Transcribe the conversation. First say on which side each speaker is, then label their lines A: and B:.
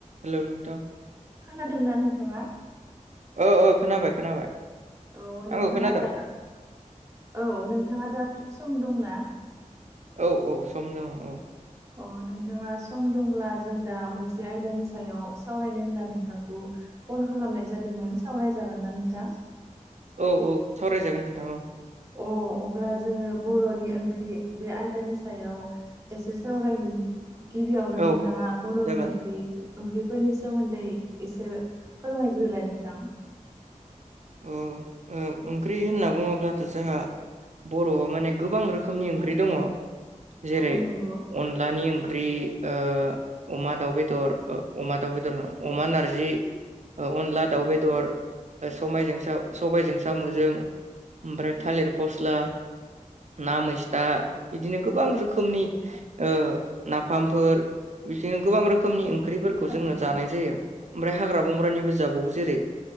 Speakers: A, on the right; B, on the right.
A: Hello नोंथां
B: खोनादों ना नोंथाङा?
A: औ औ खोनाबाय खोनाबाय।
B: औ नोंथाङा
A: आंखौ खोनादों
B: दा औ नोंथाङा दा फ्रि सम दंना?
A: औ औ सम दङ औ।
B: अ नोंथाङा सम दंब्ला जों दा मोनसे आयदानि सायाव सावरायनो होनना नोंथांखौ कल खालामनाय जादोंमोन। सावरायजागोन ना नोंथां?
A: औ औ सावरायजागोन नोंथां औ।
B: अ अब्ला जोंङो बर'नि ओंख्रि बे आयदानि सायाव एसे सावरायनि गिबियावनो नोंथाङा
A: औ
B: बर'नि
A: जागोन
B: ओंख्रि ओंख्रिफोरनि सोमोन्दै एसे फोरमायग्रोलाय नोंथां।
A: औ ओ ओंख्रि होनना बुङोब्लाथ' जोंहा बर'आव माने गोबां रोखोमनि ओंख्रि दङ। जेरै
B: औ नंगौ
A: अनलानि ओंख्रि ओ अमा दाउ बेदर अमा दाउ बेदर अमा नारजि ओ अनला दाउ बेदर समाय सबायाइजों साम'जों ओमफ्राय थालिर फस्ला ना मैस्था बिदिनो गोबां रोखोमनि ओ नाफामफोर बिदिनो गोबां रोखोमनि ओं ओंख्रिफोरखौ
B: थारैनो
A: जोंङो जानाय जायो। ओमफ्राय हाग्रा बंग्रानिबो जाबावो जेरै-